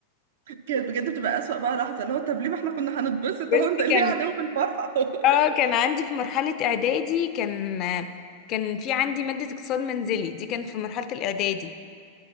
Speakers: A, on the right (about 55°); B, on the left (about 35°).
A: كانت بجد بتبقى اسوأ بقى لحظه اللي هو طب ليه ما احنا كنا هنتبسط
B: <laughs> بس
A: اهو انت ليه
B: كان
A: عدو الفرحه <laughs>
B: اه كان عندي في مرحله اعدادي كان كان في عندي ماده اقتصاد منزلي دي كانت في مرحله الاعدادي